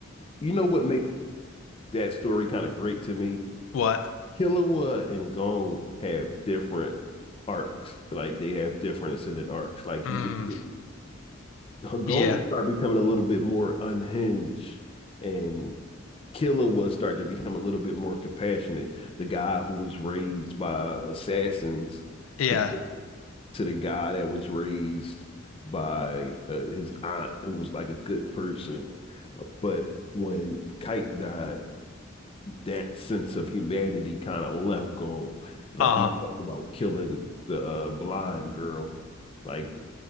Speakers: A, on the left (about 30°); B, on the left (about 80°).
A: You know what makes that story kind of great to me?
B: What?
A: Killua and Gong have different arcs, like they have different ascendant arcs. Like
B: Mm,
A: you could see Gong
B: yeah,
A: start becoming a little bit more unhinged and Killer was starting to become a little bit more compassionate. The guy who was raised by assassins
B: yeah.
A: compared to the guy that was raised by uh, his aunt, who was like a good person. Uh, But when Kite died, that sense of humanity kind of left gone. Like
B: Uh-huh.
A: he was talking about killing the uh, blind girl. Like